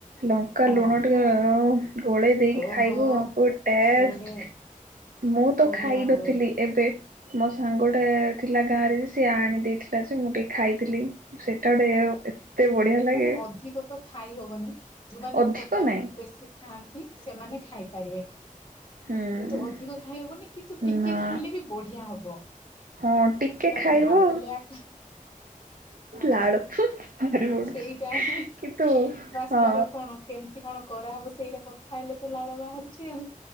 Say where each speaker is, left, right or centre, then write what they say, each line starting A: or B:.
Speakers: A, on the right; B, on the left.
A: ଲଙ୍କା
B: ହଁ
A: ଲୁଣ ଟିକେ ଅ ଗୋଳେଇ ଦେଇକି
B: ଓହୋ
A: ଖାଇବ ଆ କଉ ଟେଷ୍ଟ
B: ତାର ଗୋଟେ
A: ମୁଁ ତ
B: ବଢିଆ
A: ଖାଇ
B: ହୁଏ
A: ନଥିଲି ଏବେ ମୋ ସାଙ୍ଗ ଟେ ଥିଲା ଗାଁ ରେ ଯେ ସିଏ ଆଣି ଦେଇଥିଲା ଯେ ମୁଁ ଟିକେ ଖାଇଥିଲି ସେଟା ଗୋଟେ ତେ ବଢ଼ିଆ ଲାଗେ।
B: ମାନେ ଅଧିକ ତ ଖାଇ ହବନି ଯୋଉମାନେ
A: ଅଧିକ
B: ଖଟା
A: ନାହିଁ
B: ବେଶୀ ଖାଆନ୍ତି ସେମାନେ ଖାଇପାରିବେ।
A: ହୁଁ
B: କିନ୍ତୁ ଅଧିକ ଖାଇହବନି କିନ୍ତୁ ଟିକେ
A: ନା
B: ଖାଇଲେ ବି ବଢିଆ ହବ।
A: ହଁ ଟିକେ
B: ସେଇଟା
A: ଖାଇବ
B: ତ ଭାବିଲେ ଆକା ହଁ
A: ଲାଳ ପଡୁଛି
B: ସେଇଟା ହିଁ
A: କିନ୍ତୁ
B: ବାସ
A: ହଁ
B: ତାର କଣ କେମତି କଣ କଣ କରାହବ ସେଇଟା କଥା ହେଲେ ତ ଲାଳ ବାହାରୁଛି ଆଉ।